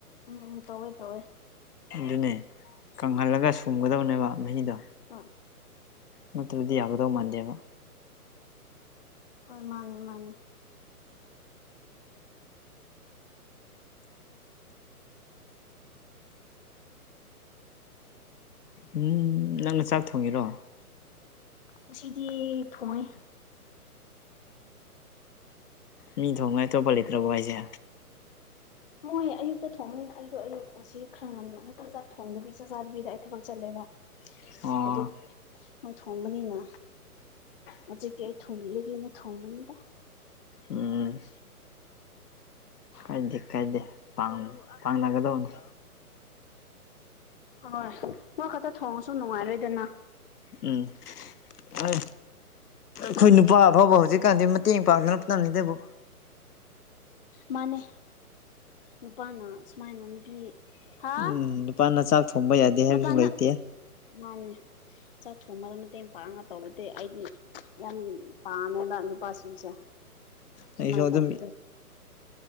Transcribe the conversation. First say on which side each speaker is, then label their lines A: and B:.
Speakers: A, on the left; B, on the left.
A: ꯎꯝ ꯇꯧꯋꯦ ꯇꯧꯋꯦ
B: ꯑꯗꯨꯅꯦ ꯀꯪꯍꯜꯂꯒ ꯁꯨꯝꯒꯗꯧꯅꯦꯕ ꯃꯍꯤꯗꯣ
A: ꯎꯝ
B: ꯅꯠꯇꯔꯗꯤ ꯌꯥꯒꯗꯧ ꯃꯥꯟꯗꯦꯕ
A: ꯍꯣꯏ ꯃꯥꯅꯦ ꯃꯥꯅꯦ
B: ꯎꯝ ꯅꯪꯅ ꯆꯥꯛ ꯊꯣꯡꯉꯤꯔꯣ
A: ꯉꯁꯤꯗꯤ ꯊꯣꯡꯉꯤ
B: ꯃꯤ ꯊꯣꯡꯉꯥꯏ ꯑꯇꯣꯞꯄ ꯂꯩꯇꯔꯕꯣ ꯍꯥꯏꯁꯦ
A: ꯍꯣꯏ ꯑꯌꯨꯛꯇ ꯊꯣꯡꯕꯅꯤꯅ ꯑꯩꯗꯣ ꯑꯌꯨꯛ ꯉꯁꯤ ꯈ꯭ꯔ ꯉꯟꯅ ꯍꯦꯛ ꯆꯥꯛ ꯊꯣꯡꯗꯕꯤ ꯆꯥꯛ ꯆꯥꯗꯕꯤꯗ ꯑꯩ ꯊꯕꯛ ꯆꯠꯂꯦꯕ
B: ꯑꯣ
A: ꯑꯗꯨ ꯃꯣꯏ ꯊꯣꯡꯕꯅꯤꯅ ꯍꯧꯖꯤꯛꯇꯤ ꯑꯩ ꯊꯣꯡꯕꯤꯔꯒꯦꯅ ꯊꯣꯡꯕꯅꯤꯗ
B: ꯎꯝ ꯀꯥꯢꯗꯦ ꯀꯥꯏꯗ ꯄꯥꯡ ꯄꯥꯡ ꯅꯥꯒꯗꯕꯅꯦ
A: ꯍꯣꯏ ꯃꯣꯏ ꯈꯛꯇ ꯊꯣꯡꯉꯁꯨ ꯅꯨꯡꯉꯥꯏꯔꯣꯏꯗꯅ
B: ꯎꯝ ꯍꯣꯏ ꯑꯩꯈꯣꯏ ꯅꯨꯄꯥ ꯐꯥꯎꯕ ꯍꯧꯖꯤꯛꯀꯥꯟꯗꯤ ꯃꯇꯦꯡ ꯄꯥꯡꯗꯅ ꯀꯟꯁꯤꯗꯕꯣ
A: ꯃꯥꯅꯦ ꯅꯨꯄꯥꯅ ꯁꯨꯃꯥꯏꯅ ꯅꯨꯄꯤ ꯍꯥ
B: ꯎꯝ ꯅꯨꯄꯥꯅ ꯆꯥꯛ ꯊꯣꯡꯕ ꯌꯥꯗꯦ ꯍꯥꯏꯕꯁꯨ
A: ꯅꯨꯄꯥꯅ
B: ꯂꯩꯇꯦ
A: ꯃꯥꯅꯦ ꯆꯥꯛ ꯊꯣꯡꯕꯗ ꯃꯇꯦꯡ ꯄꯥꯡꯉꯒ ꯇꯧꯕꯗꯤ ꯑꯩꯗꯤ ꯌꯥꯝ ꯄꯥꯝꯃꯦꯕ ꯅꯨꯄꯥꯁꯤꯡꯁꯦ
B: ꯑꯩꯁꯨ
A: ꯁꯨꯃꯥꯏꯅ
B: ꯑꯗꯨꯝ
A: ꯇꯧꯕꯗꯣ